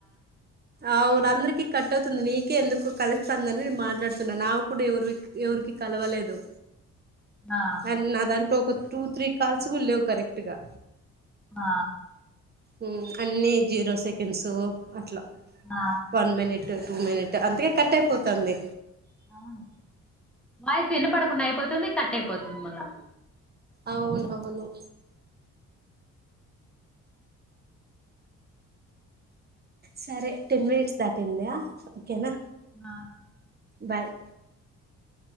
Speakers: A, on the right; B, in the centre.
A: ఆ ఊరు అందరికీ కట్టవుతుంది నీకే ఎందుకు? కలుస్తుందని నేను మాట్లాడుతున్నా నా ప్పుడు ఎవరివి ఎవరికి కలవలేదు
B: ఆ
A: అండ్ నాదంటూ ఒక టూ త్రీ కాల్స్ నువు లేవు కరెక్ట్ గా
B: ఆ
A: ఉ అన్ని జీరో సెకండ్స్ అట్లా
B: ఆ.
A: వన్ మనిట్ టూ మినిట్ అందుకే కట్ అయిపోతంది.
B: అవును వయసు ఎన్న పడకుండా అయిపోతుంది. కట్టయిపోతుంది మళ్ళా
A: అవునవును సరే టెన్ మినిట్స్ దాటిన్దా ఓకేనా
B: ఆ
A: బాయ్